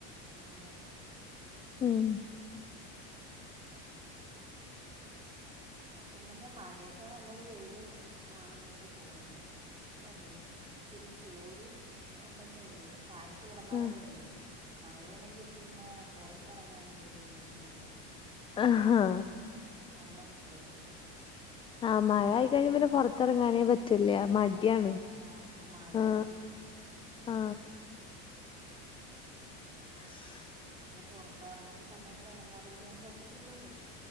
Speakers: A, on the right (about 15°); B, on the left (about 15°).
A: അതെ.
B: ഉം <inaudible>
A: സത്യം പറഞ്ഞാ മഴയേക്കാൾ നല്ലത് വെയിൽ ആണെന്ന് എനിക്ക് തോന്നുന്നു. അല്ലേ? ഇച്ചിരി ചൂട് ഉണ്ടെന്നേ <unintelligible> ഫാൻ ഇട്ട് കിടന്നാൽ
B: ആഹ്
A: മതിയല്ലോ മഴയാണെങ്കിൽ പിന്നെ പുറത്ത് <inaudible> ഇറങ്ങാനും ബുദ്ധിമുട്ട്.
B: ആഹാ
A: തണുപ്പ്,
B: ആ മഴ ആയി കഴിഞ്ഞ പിന്നെ പുറത്ത് പുറത്തിറങ്ങനെ പറ്റില്ല മടിയാണ്
A: ആ അത് തന്നെ ആകെ മടിയാണ്
B: ആ ആ. <inaudible>
A: പക്ഷേ പുറത്ത് ഇറങ്ങേണ്ട സമയത്ത് ഇറങ്ങാതിരിക്കാൻ പറ്റില്ലല്ലോ?